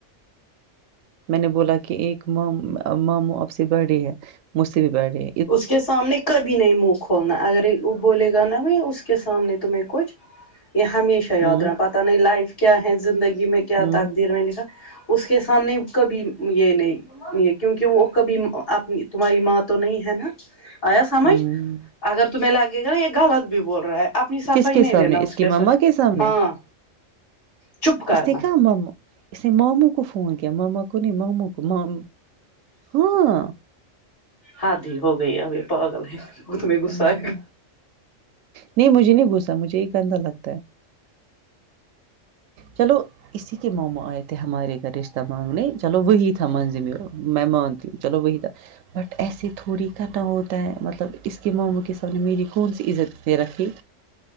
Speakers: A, on the right; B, on the left.
A: میں نے بولا کہ ایک ما ماموں آپ سے بڑی ہے مجھ سے بھی بڑھے
B: اس کے سامنے کبھی نہیں منہ کھولنا اگر وہ بولے گا نا وہی اس کے سامنے تمہیں کچھ یہ ہمیشہ یاد
A: ہوں
B: رہا بات نہیں لائف کیا ہے زندگی میں کیا
A: ہوں
B: تقدیر میں لکھا اس کے سامنے کبھی یہ نہیں کیونکہ وہ کبھی اپنی تمہاری ماں تو نہیں ہے آیا سمجھ
A: ہوں
B: اگر تمہیں لگے گا نا یہ غلط بھی بول رہا ہے اپنی صفائی
A: کس کے
B: نہیں
A: سامنے
B: دینا
A: اس کی
B: ساتھ
A: مما کے سامنے
B: ہاں چپ کرنا
A: اس کی کہ ما اس نے ماموں کو فون کیا ماما کو نہیں ماموں کو مام ہاں
B: حد ہی ہو گئی ہے اب یہ پاگل ہےتم میں غصہ
A: ہ
B: ہے
A: نہیں مجھے نہیں گھسا مجھے یہ گندا لگتا ہے چلو اسی کےمما آئے تھے ہمارے گھر رشتہ مانگنے چلو وہی تھا منزل میں مانتی ہوں چلو وہی تھا بٹ ایسے تھوڑی کا نہ ہوتا ہے مطلب اس کہ ماموں کے سامنے میری کون سی عزت دے رکھی